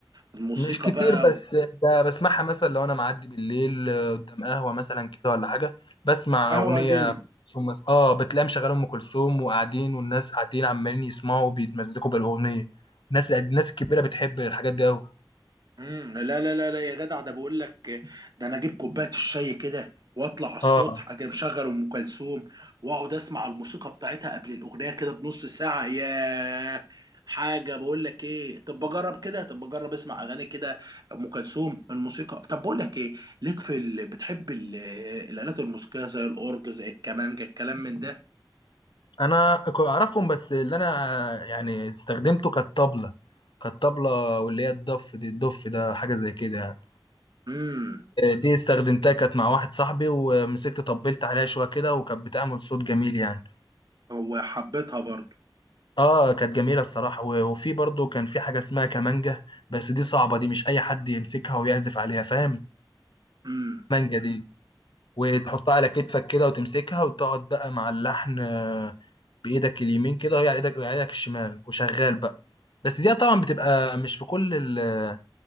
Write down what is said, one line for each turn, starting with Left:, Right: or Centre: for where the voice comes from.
Right: الموسيقى
Left: مش كتير
Right: بقى
Left: بس ب- بسمعها مثلا لو انا معدي بالليل آه، قدام قهوه مثلا كده ولا حاجه بسمع
Right: قهوه
Left: اغنيه
Right: قديم
Left: ثم اه بتلاقي مشغله ام كلثوم وقاعدين والناس قاعدين عمالين يسمعوا وبيتمزقوا بالاغنيه الناس الناس الكبيره بتحب الحاجات دي قوي
Right: امم لا لا لا لا يا جدع ده بقول لك ده انا اجيب كوبايه الشاي كده واطلع على السطح
Left: اه
Right: اجي مشغل ام كلثوم واقعد اسمع الموسيقى بتاعتها قبل الاغنيه كده بنص ساعه يا حاجه بقول لك ايه طب بجرب كده طب بجرب اسمع اغاني كده ام كلثوم الموسيقى طب بقول لك ايه ليك في ال... بتحب ال... الالات الموسيقيه زي الاورج زي الكمانجه الكلام من ده
Left: انا ك- اعرفهم بس اللي انا يعني استخدمته كانت طبله كانت طبله واللي هي الضف دي الضف ده حاجه زي كده يعني
Right: امم
Left: آه، دي استخدمتها كانت مع واحد صاحبي ومسكت طبلت عليها شويه كده وكانت بتعمل صوت جميل يعني
Right: هو حبيتها برضو
Left: اه كانت جميله الصراحه و- وفي برضه كان في حاجه اسمها كمانجه بس دي صعبه دي مش اي حد يمسكها ويعزف عليها فاهم
Right: امم
Left: مانجا دي وتحطها على كتفك كده وتمسكها وتقعد بقى مع اللحن آه، بايدك اليمين كده وهي على ايدك وهي على ايدك الشمال وشغال بقى بس دي طبعا بتبقى مش في كل ال- آه،